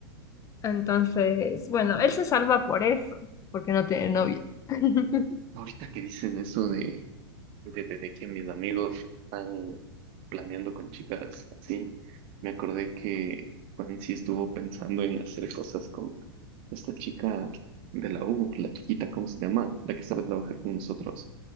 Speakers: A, on the left; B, on the right.
A: Entonces, bueno, él se salva por eso, porque no tiene novia. <laughs>
B: Ahorita que dices eso de de, de- de que mis amigos están planeando con chicas así, me acordé que Juan sí estuvo pensando en hacer cosas con esta chica de la U, la chiquita, ¿cómo se llama? La que sabe trabajar con nosotros.